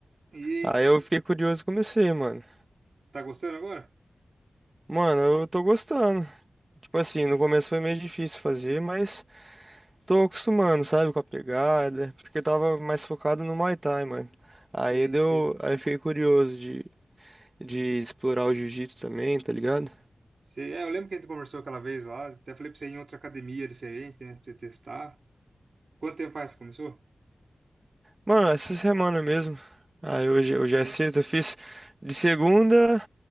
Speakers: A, on the right; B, on the right.
A: E aí,
B: Aí eu fiquei curioso e comecei, mano.
A: tá gostando agora?
B: Mano, eu tô gostando. Tipo assim, no começo foi meio difícil fazer, mas tô acostumando, sabe, com a pegada. Porque eu tava mais focado no Muay Thai, mano. Aí
A: Sei,
B: deu.
A: sei.
B: Aí eu fiquei curioso de, de explorar o jiu-jitsu também, tá ligado?
A: Sei. É, eu lembro que a gente conversou aquela vez lá. Até falei pra você ir em outra academia diferente, né? Pra você testar. Quanto tempo faz que começou?
B: Mano, essa semana mesmo. Aí
A: Sei,
B: hoje, hoje
A: sei.
B: é sexta, eu fiz. De segunda.